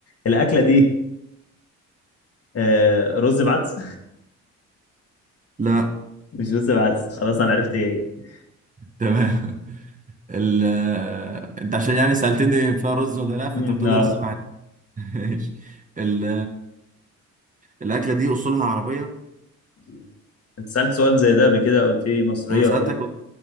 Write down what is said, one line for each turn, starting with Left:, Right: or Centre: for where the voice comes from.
Left: الأكلة دي آه رز بعدس
Right: لا
Left: <laughs> مش رز بعدس خلاص أنا عرفت إيه هي.
Right: تمام <laughs> ال... انت عشان يعني سألتني فيها رز ولا لا فانت
Left: مم،
Right: بتقول
Left: آه
Right: لي رز مع <laughs> ماشي ال... الاكله دي اصولها عربيه
Left: <laughs> أنت سألت سؤال زي ده قبل كده قلت لي مصرية
Right: انا سألتك
Left: ولا لا
Right: قلت-